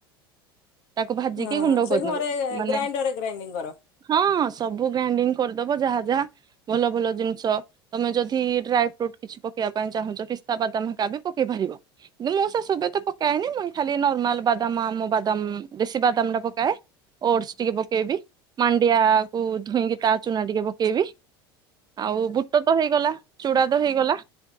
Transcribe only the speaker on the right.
ତାକୁ ଭାଜିକି
ଗୁଣ୍ଡ
କରିଦବ
ମାନେ
ହଁ ସବୁ ଗ୍ରାଣ୍ଡିଙ୍ଗ କରିଦବ ଯାହା ଯାହା ଭଲ ଭଲ ଜିନିଷ ତମେ ଯଦି ଡ୍ରାଇ ଫ୍ରୁଟ କିଛି ପକେଇବା ପାଇଁ ଚାହୁଁଛ କିସ୍ତା ବାଦାମ ଏକା ବି ପକେଇ ପାରିବ କିୁ ମୁୋ ସେ ସୁବେ ତ ପକାଏନି ମୁଇଁ ଖାଲି ନର୍ମାଲ ବାଦାମ ଆମ ବାଦାମ ଦେଶୀ ବାଦାମ ନ ପକାଏ ଓଟସ ଟିକେ ପକେଇବି ମାଣ୍ଡିଆକୁ ଧୁଇଁକି ତା ଚୁନା ଟିକେ ପକେଇବି ଆଉ ବୁଟ ତ ହେଇଗଲା ଚୁଡ଼ା ତ ହେଇଗଲା